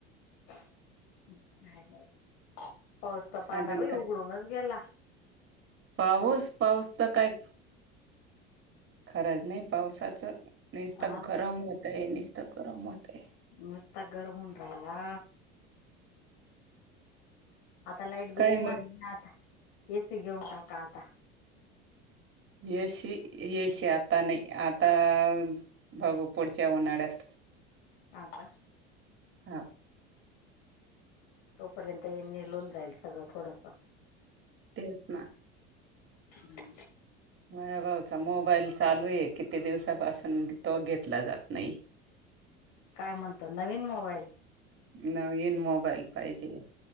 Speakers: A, on the left; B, on the right.
A: हम्म काय करत? पाऊस तर पाना
B: अजून
A: बाई
B: काय
A: उघडूनच गेला.
B: पाऊस पाऊस तर काय खरंच नाही पावसाचं. निस्ता
A: हा
B: गरम होतय निस्ता गरम होतय.
A: मस्त गरम हुन राहिला. आता लाईट बिल
B: काय
A: येणार
B: मग
A: नाही आता ए सी घेऊन टाका आता.
B: एसी एसी आता नाही आता भागव पडच्या उन्हाळ्यात
A: आ का
B: हा
A: तोपर्यंत हे निलून जाईल सगळं थोडसं.
B: तेच ना.
A: हम्म.
B: माझा भाऊचा मोबाईल चालू आहे किती दिवसापासून तो घेतला जात नाही.
A: काय म्हणतो नवीन मोबाईल
B: नवीन मोबाईल पाहिजे.